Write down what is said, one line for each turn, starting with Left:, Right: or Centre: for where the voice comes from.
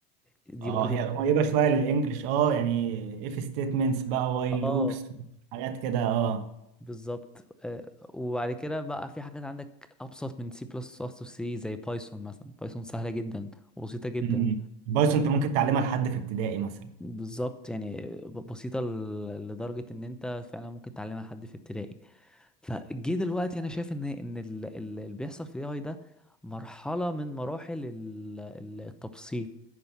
Centre: دي
Right: اه
Centre: برضو
Right: هي قريبة شوية للإنجليش اه يعني if statements بقى while
Centre: اه
Right: loops حاجات كده اه
Centre: بالظبط آه، وبعد كده بقى في حاجات عندك ابسط من سي بلس بلس وسي زي بايثون مثلا بايثون سهلة جدا وبسيطة جدا
Right: مم. البايثون انت ممكن تعلمها لحد في ابتدائي مثلا
Centre: بالظبط يعني ب- بسيطة ل- لدرجة ان انت فعلا ممكن تعلمها حد في ابتدائي فجه دلوقتي انا شايف ان ان ال- ال- اللي بيحصل في الاي ده مرحلة من مراحل ال- ال- التبسيط